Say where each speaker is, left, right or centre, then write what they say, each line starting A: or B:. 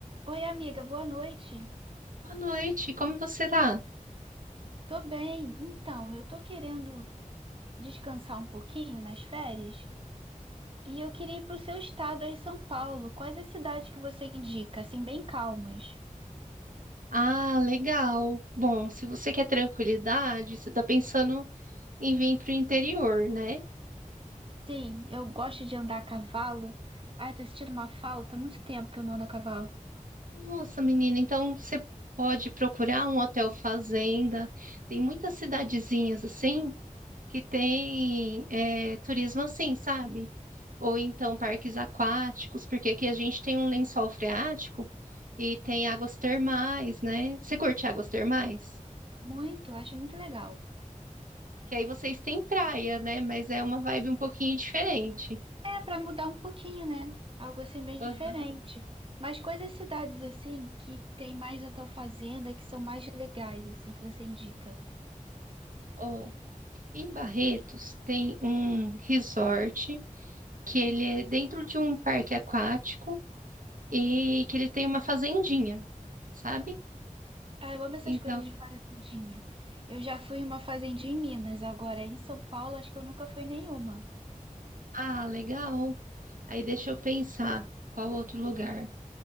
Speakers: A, on the right; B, on the right.
A: Oi, amiga, boa noite.
B: Boa noite, como você tá?
A: Tô bem. Então, eu tô querendo descansar um pouquinho nas férias e eu queria ir pro seu estado aí, São Paulo. Quais as cidades que você indica, assim, bem calmas?
B: Ah, legal. Bom, se você quer tranquilidade, você tá pensando em vir pro interior, né?
A: Sim, eu gosto de andar a cavalo. Ai, tô sentindo uma falta, há muito tempo que eu não ando a cavalo.
B: Nossa, menina, então você pode procurar um hotel fazenda. Tem muitas cidadezinhas assim que tem é, turismo assim, sabe? Ou então parques aquáticos, porque aqui a gente tem um lençol freático e tem águas termais, né? Você curte águas termais?
A: Muito, eu acho muito legal.
B: Que aí vocês têm praia, né? Mas é uma vibe um pouquinho diferente.
A: É, pra mudar um pouquinho, né? Algo assim bem
B: Aham.
A: diferente. Mas quais as cidades assim que tem mais hotel fazenda, que são mais legais assim que você indica?
B: Ó, em Barretos tem um resort que ele é dentro de um parque aquático e que ele tem uma fazendinha, sabe?
A: Ah, eu amo essas
B: Então,
A: coisas de fazendinha. Eu já fui em uma fazendinha em Minas, agora em São Paulo acho que eu nunca fui nenhuma.
B: ah, legal. Aí deixa eu pensar qual outro lugar.